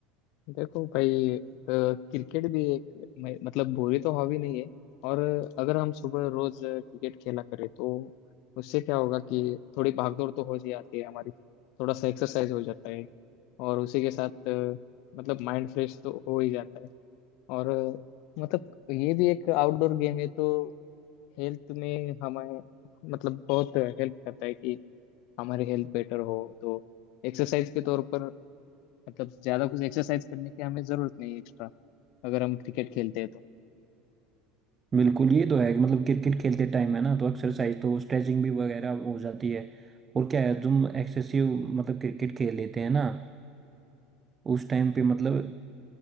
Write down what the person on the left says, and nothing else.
देखो भाई क्रिकेट भी एक मैं- मतलब बुरी तो हॉबी नहीं है और अगर हम सुबह रोज क्रिकेट खेला करें तो उससे क्या होगा कि थोड़ी भागदौड़ तो हो ही जाती है हमारी थोड़ा सा एक्सरसाइज हो जाता है और उसी के साथ अ, मतलब माइंड फ्रेश तो हो ही जाता है और अ, मतलब ये भी एक आउटडोर गेम है तो हेल्थ में हमें मतलब बहुत हेल्प करता है कि हमारी हेल्थ बेटर हो तो एक्सरसाइज के तौर पर मतलब ज्यादा कुछ एक्सरसाइज करने की हमें जरूरत नहीं है एक्स्ट्रा अगर हम क्रिकेट खेलते हैं तो